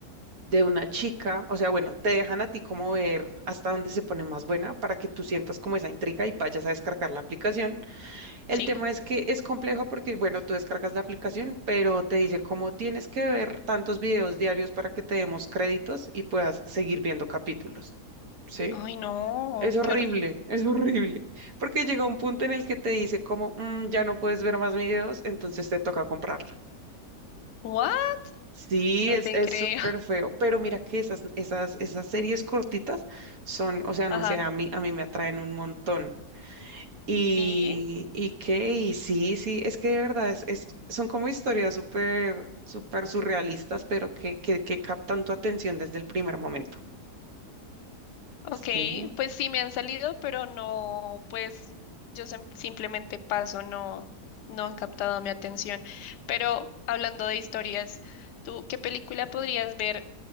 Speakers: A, on the right; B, on the left.
A: de una chica, o sea, bueno, te dejan a ti como ver hasta dónde se pone más buena para que tú sientas como esa intriga y vayas a descargar la aplicación. El
B: Sí.
A: tema es que es complejo porque, bueno, tú descargas la aplicación, pero te dice cómo tienes que ver tantos videos diarios para que te demos créditos y puedas seguir viendo capítulos. ¿Sí?
B: Ay, no,
A: Es horrible,
B: qué horrible.
A: <laughs> es horrible, porque llega un punto en el que te dice como, "Mm, ya no puedes ver más videos, entonces te toca comprarlo.
B: ¿What?
A: Sí,
B: No
A: es,
B: te
A: es
B: creo.
A: súper feo, pero mira que esas, esas, esas series cortitas son, o sea, no
B: <laughs> Ajá.
A: sé, a mí, a mí me atraen un montón. Y,
B: Sí.
A: y qué, y sí, sí, es que de verdad es, es- son como historias súper, súper surrealistas, pero que, que, que captan tu atención desde el primer momento.
B: Ok,
A: Sí, ¿no?
B: pues sí me han salido, pero no, pues yo sim- simplemente paso, no, no han captado mi atención. Pero hablando de historias, ¿tú qué película podrías ver